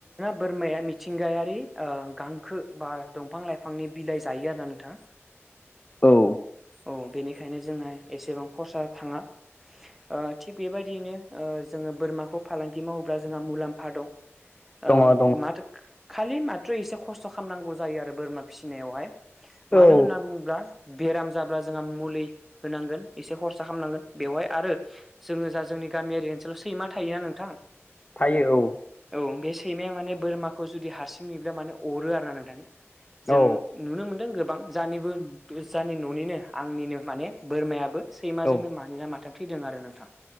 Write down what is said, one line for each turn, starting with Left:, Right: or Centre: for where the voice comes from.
Centre: बोरमाया मिथिंगायारि गांखो बा दंफां लाइफां बिफांनि बिलाइ जायो आरो ना नोंथां
Left: औ
Centre: औ बेनि निखायनो जोंहा एसेबां खरसा थाङा ओ थिग बेबायदियैनो ओ जोङो बोरमाखौ फालांगि मावोब्ला जोंहा मुलाम्फा दं ओं
Left: दङ दङ
Centre: माथो खालि माथ्रो एसे खस्थ' खालामनांगौ जायो आरो बोरमा फिसिनायावहाय मानो
Left: औ
Centre: होनना बुङोब्ला बेराम जाब्ला जोंहा मुलि होनांगोन एसे खरसा खालामनांगोन बेवहाय आरो जोङो जा जों जोंनि गामियारि ओनसोलाव सैमा थायोना नोंथां
Left: थायो औ
Centre: औ बे सैमाया माने बोरमाखौ जुदि हारसिं नुयोब्ला माने अरो आरो ना नोंथां जों
Left: औ
Centre: नुनो मोनदों गोब बां जानिबो जानि न'निनो आंनिनो माने बोरमायाबो सैमाजोंनो
Left: औ
Centre: मानि ना मा थैदों आरो नोंथां